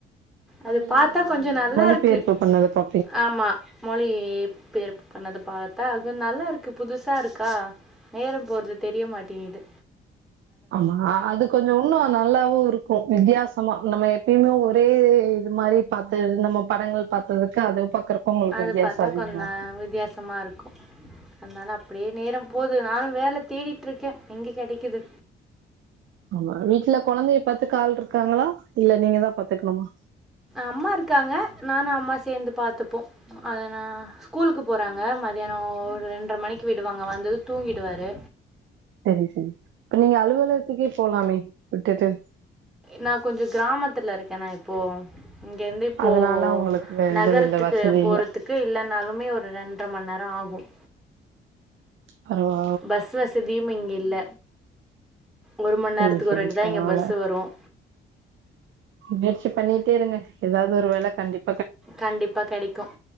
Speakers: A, in the centre; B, on the right.
A: அது
B: தமிழ்ல
A: பாத்தா கொஞ்சோ
B: அந்த
A: நல்லா
B: மொழிபெயர்ப்பு
A: இருக்கு
B: பண்ணது ப
A: ஆமா மொழி்பெயர்ப்பு பண்ணது பாத்தா அதுநல்லா இருக்கு புதுசா இருக்கா நேரம் போறது தெரிய மாட்டேங்கு இது
B: ஆமா அது கொஞ்சம் இன்னும் நல்லாவும் இருக்கும் வித்தியாசமா நம்ம எப்பயுமே ஒரே இது மாரி பாத்த நம்ம படங்கள் பாத்ததுக்கு அது பாக்குறப்ப உங்களுக்கு
A: அது
B: வித்தியாசோ
A: பாத்தா
B: அதிகமா
A: கொஞ்சம்
B: இருக்கு
A: வித்தியாசமா இருக்கும் அதனால அப்டியே நேரம் போகுது நானும் வேல தேடிட்டு இருக்கேன் எங்க கெடைக்குது
B: ஆமா வீட்டுல கொழந்தைய பாத்துக்கு ஆள் இருக்காங்களா இல்ல நீங்க தான் பாத்துக்கணுமா
A: அம்மா இருக்காங்க நானும் அம்மா சேர்ந்து பாத்துப்போம் அதனா ஸ்கூலுக்கு போறாங்க மதியானம் ரெண்டரை மணிக்கு விடுவாங்க வந்தது தூங்கிடுவாரு
B: செரி செரி இப்ப நீங்க அலுவலகத்துக்கே போலாமே விட்டுட்டு
A: நான கொஞ்சம் கிராமத்துல இருக்கேனா இப்போ இங்க வந்து இப்போ
B: அதனால உங்களுக்கு
A: நகரத்துக்கு
B: இது இல்ல வசதி
A: போறதுக்கு
B: இல்ல
A: இல்லனால எப்மே ஒரு ரெண்டரை மணி நேரம் ஆகும்
B: பரவா
A: பஸ் வசதியும் இங் இல்ல ஒரு மணி நேரத்துக்கு
B: சரி சரி
A: ஒரு வாட்டி தான்
B: பரவால்ல
A: இங்க பஸ்ஸு வரும்
B: முயற்சி பண்ணிட்டே இருங்க ஏதாவது ஒரு வேல கண்டிப்ப
A: கண்டிப்பா கெடைக்கும்